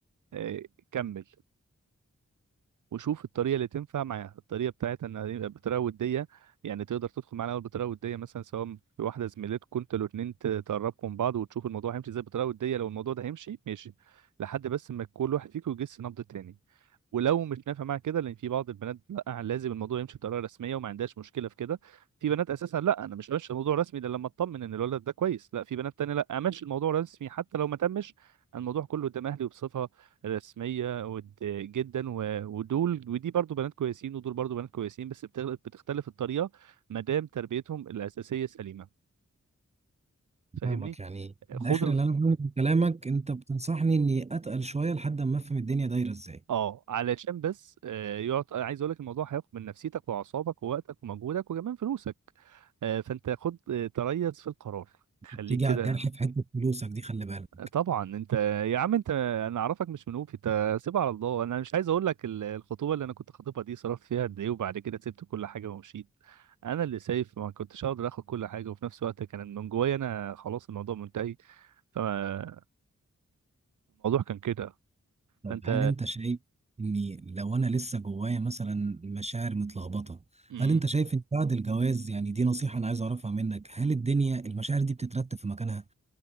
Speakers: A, on the right (about 90°); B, on the right (about 20°).
A: آه كمل وشوف الطريقة اللي تنفع معاها الطريقة بتاعتها إنها يبقى بطريقة ودية يعني تقدر تدخل معانا الأول بطريقة ودية مثلا سواء في واحدة زميلتكم أنتوا الاتنين ت- تقربكم من بعض وتشوف الموضوع هيمشي إزاي بطريقة ودية لو الموضوع ده هيمشي ماشي لحد بس ما كل واحد فيكم يجس نبض التاني ولو مش نافع معاها كده لان في بعض البنات لا لازم الموضوع يمشي بطريقه رسميه وما عندهاش مشكله في كده في بنات اساسا لا انا مش همشي الموضوع رسمي الا لما اطمن ان الولد ده كويس لا في بنات تانية لا امشي الموضوع رسمي حتى لو ما تمش الموضوع كله قدام اهلي وبصفه رسميه ود- جدا و- ودول ودي برضو بنات كويسين ودول برضو بنات كويسين بس بتغ- بتختلف الطريقه ما دام تربيتهم الاساسيه سليمه فاهمني
B: فاهمك يعني من
A: خد
B: الاخر
A: ال...
B: اللي انا فاهمه من كلامك انت بتنصحني اني اتقل شويه لحد ما افهم الدنيا دايره ازاي
A: اه علشان بس آه، يقعد أنا عايز اقول لك الموضوع هياخد من نفسيتك واعصابك ووقتك ومجهودك وكمان فلوسك آه، فانت خد آه، تريث في القرار
B: بتيجي
A: خليك كده
B: على الجرح في حته فلوسك دي خلي بالك
A: طبعا انت يا عم انت انا اعرفك مش منوفي انت سيبها على الله انا مش عايز اقول لك ال- الخطوبه اللي انا كنت خاطبها دي صرفت فيها قد ايه وبعد كده سبت كل حاجه ومشيت انا اللي سايف ما كنتش اقدر اخد كل حاجه وفي نفس الوقت كان من جوايا انا خلاص الموضوع منتهي فالموضوع كان كده
B: طب
A: فانت
B: هل انت شايف اني لو انا لسه جوايا مثلا مشاعر متلخبطه
A: مم،
B: هل انت شايف ان بعد الجواز يعني دي نصيحه انا عايز اعرفها منك هل الدنيا المشاعر دي بتترتب في مكانها